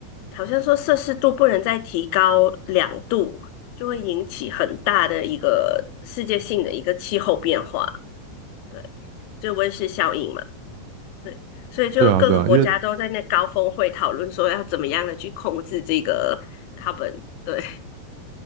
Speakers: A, on the left (about 80°); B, on the right (about 80°).
A: 好像说摄氏度不能再提高两度，就会引起很大的一个世界性的一个气候变化，对，就温室效应嘛，对，所以就各个国家都在那高峰会讨论说要怎么样的去控制这个
B: 对啊，对啊，因为
A: carbon，对。